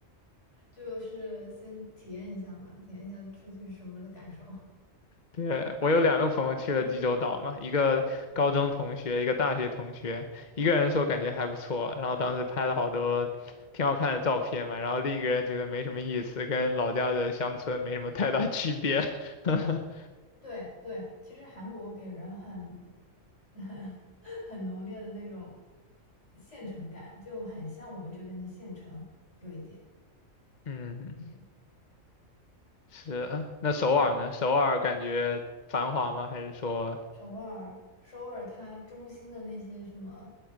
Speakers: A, on the left (about 60°); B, on the left (about 40°).
A: 就是先体验一下嘛，体验一下出去是什么的感受。
B: 对，我有两个朋友去了济州岛嘛，
A: <laughs> 嗯。
B: 一个高中同学，一个大学同学，一个人说感觉还不错，然后当时拍了好多挺好看的照片嘛，然后另一个人觉得没什么意思，跟老家的乡村没什么太大 <laughs> 区别。<laughs>
A: 对对，其实韩国给人很 <laughs> 很浓烈的那种县城感，就很像我们这边的县城，有一点。
B: 嗯，
A: 嗯，
B: 是。那首尔呢？
A: 那你。
B: 首尔感觉繁华吗？还是说
A: 首尔，首尔它中心的那些什么